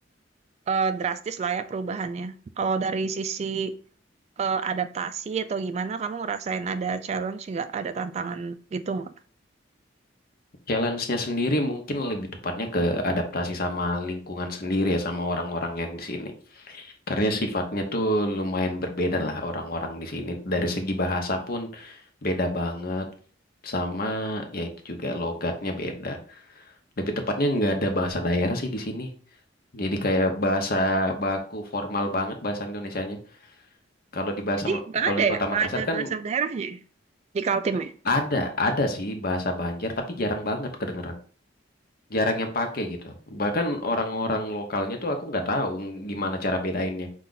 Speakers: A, on the right; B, on the left.
A: eh, drastis lah ya perubahannya. Kalau dari sisi eh, adaptasi atau gimana, kamu ngerasain ada challenge nggak, ada tantangan gitu nggak?
B: Challenge-nya sendiri mungkin lebih tepatnya ke adaptasi sama lingkungan sendiri ya sama orang-orang yang di sini. Karena sifatnya tuh lumayan berbeda lah orang-orang di sini. Dari segi bahasa pun beda banget sama ya itu juga logatnya beda. Lebih tepatnya nggak ada bahasa daerah sih di sini. Jadi kayak bahasa baku formal banget bahasa Indonesianya. Kalau di bahasa
A: Jadi nggak
B: kalau
A: ada
B: di Kota
A: ya, nggak
B: Makassar
A: ada
B: kan
A: bahasa daerahnya ya di Kaltim ya?
B: Ada, ada sih bahasa Banjar, tapi jarang banget kedengeran. Jarang yang pakai gitu. Bahkan orang-orang lokalnya tuh aku nggak tahu gimana cara bedainnya.